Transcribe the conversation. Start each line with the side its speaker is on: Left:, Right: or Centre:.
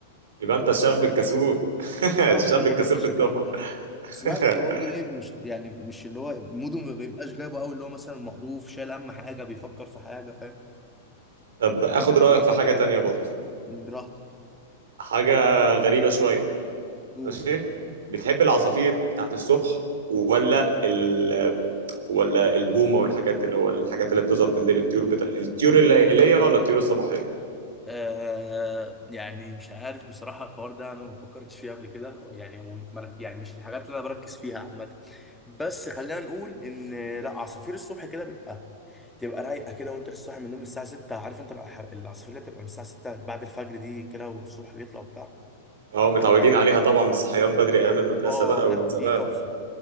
Right: يبقى انت الشاب الكسول <laughs>
Centre: <laughs> لا
Right: الشاب
Centre: يا عم
Right: الكسول
Centre: ما فيش
Right: في
Centre: الكلام
Right: الدفعه
Centre: ده بس الواحد بيبقى
Right: <laughs>
Centre: برضه ايه مش يعني مش اللي هو موده ما بيبقاش جايبه قوي اللي هو مثلا مقروف شايل هم حاجه بيفكر في حاجه فاهم
Right: طب اخد رايك في حاجه تانية برضه
Centre: براحته
Right: حاجه غريبه شويه
Centre: طول
Right: ماشي بتحب العصافير بتاعت الصبح ولا ال... ولا البومه والحاجات اللي هو الحاجات اللي بتظهر بالليل الطيور بتاع الطيور الليليه ولا الطيور الصباحيه
Centre: آه يعني مش عارف بصراحة الحوار ده أنا ما فكرتش فيه قبل كده يعني هو مر- يعني مش الحاجات اللي أنا بركز فيها عامة بس خلينا نقول إن لا عصافير الصبح كده بيبقى تبقى رايقة كده وأنت لسه صاحي من النوم الساعة 6 عارف أنت الح- العصافير اللي بتبقى من الساعة 6 بعد الفجر دي كده والصبح بيطلع وبتاع
Right: اه متعودين عليها طبعا من الصحيان بدري ايام المدرسه
Centre: آه
Right: بقى
Centre: لا
Right: ومن
Centre: دي
Right: زمان
Centre: تحفة